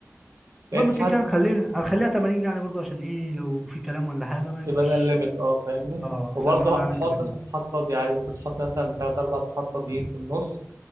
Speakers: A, on the right (about 80°); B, in the centre.
A: لقيت
B: المهم كده
A: حد
B: كده هنخليها هنخليها 80 يعني برضه عشان ايه لو في كلام ولا حاجه ما يبقاش
A: يبقى ده الليميت اه فاهمني
B: اه
A: وبرضه
B: فاهم إن انا عامل
A: حط
B: 80
A: صفحات فاضيه عادي ممكن تحط مثلا تلات اربع صفحات فاضيين في النص